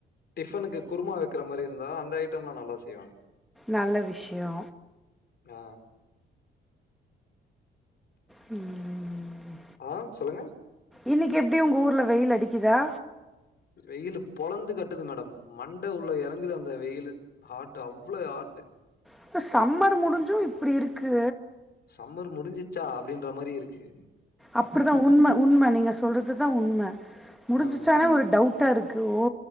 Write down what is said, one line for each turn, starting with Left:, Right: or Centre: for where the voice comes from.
Left: டிஃபனுக்கு குருமா வெக்கிற மாரி இருந்தா அந்த ஐட்ம்லா நல்லா செய்வாங்க
Centre: நல்ல விஷ்யோ
Left: ஆ
Centre: ம்
Left: ஆ சொல்லுங்க
Centre: இன்னைக்கு எப்டி உங்க ஊர்ல வெயில் அடிக்குதா
Left: வெயிலு பொழந்து கட்டுது மேடம் மண்ட உள்ள எறங்குது அந்த வெயிலு ஹாட்டு அவ்ளோ ஹாட்டு
Centre: இப்ப சம்மர் முடிஞ்சு இப்டி இருக்கு
Left: சம்மர் முடிஞ்சிச்சா அப்டின்ற மாரி இருக்கு
Centre: அப்டிதா உண்ம உண்ம நீங்க சொல்றது தா உண்ம முடிஞ்சிச்சானே
Left: ஆமா.
Centre: ஒரு டவுட்டா இருக்கு ஓ